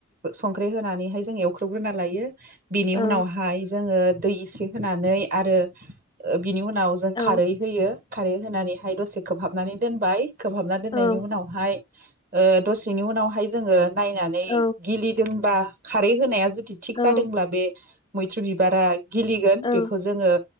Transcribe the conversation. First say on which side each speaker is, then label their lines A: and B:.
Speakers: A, on the right; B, on the left.
A: संख्रै होनानैहाय जों एवख्रबग्रोना लायो। बेनि
B: औ
A: उनावहाय जोङो दै इसे होनानै आरो ओ बिनि उनाव जों
B: औ
A: खारै होयो खारै होनानैहाय दसे खोबहाबनानै दोनबाय। खोबहाबना दोननायनि
B: औ
A: उनावहाय ओ दसेनि उनावहाय जोङो नायनानै
B: औ
A: गिलिदोंबा। खारै होनाया जुद थिग
B: औ
A: जादोंब्ला बे। मैथ्रु बिबाराय। गिलिगोन
B: औ
A: बेखौ जोङो।